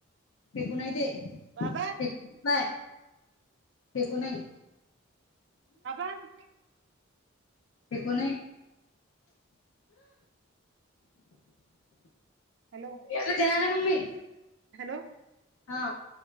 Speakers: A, on the left; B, on the right.
A: फेकू नाय ते
B: बाबा
A: <inaudible> नाही हम्म
B: पण
A: हे कोण आहे?
B: हॅलो
A: एकचं देणार मग मी
B: हॅलो
A: हा